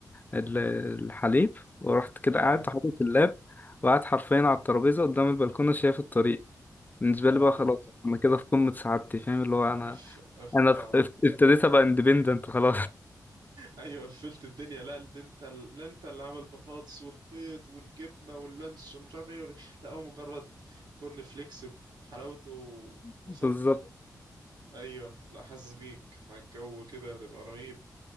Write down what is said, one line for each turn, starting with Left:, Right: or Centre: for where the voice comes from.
Left: ال- الحليب ورحت كده
Right: اه
Left: قاعد حاطط اللاب وقعد حرفيا على الترابيزه قدام البلكونه شايف الطريق بالنسبه
Right: اه
Left: لي بقى خلاص انا كده في قمه سعادتي فاهم اللي هو انا
Right: أف أف
Left: انا
Right: اه
Left: ابتديت ابقى اندبندنت خلاص
Right: ايوه قفلت الدنيا لا ان انت لا انت اللي عامل بطاطس والبيض والجبنه واللانش ومش عارف ايه ولا- لا هو مجرد كورن فليكس بحلاوته
Left: <laughs>
Right: وبساطته
Left: بالظبط
Right: ايوه لا حاسس بيك مع الجو كده هتبقى رهيب